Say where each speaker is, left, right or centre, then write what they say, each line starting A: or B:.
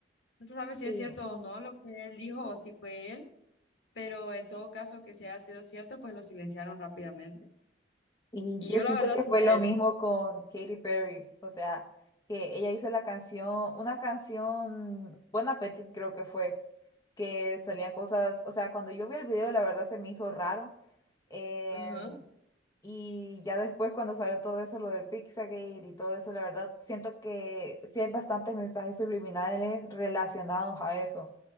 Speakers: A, on the left (about 80°); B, on the left (about 20°).
A: no se sabe si
B: sí,
A: es cierto o no lo que él dijo o si fue él, pero en todo caso que si haya sido cierto, pues lo silenciaron rápidamente.
B: y
A: Y
B: yo
A: yo
B: siento
A: la verdad
B: que fue
A: sí creo.
B: lo mismo con Katy Perry, o sea, que ella hizo la canción, una canción, Bon Appetit creo que fue que salían cosas, o sea, cuando yo vi el video, la verdad se me hizo raro. em,
A: Ajá.
B: y ya después cuando salió todo eso, lo del Pixagate y todo eso, la verdad siento que sí hay bastantes mensajes subliminales relacionados a eso,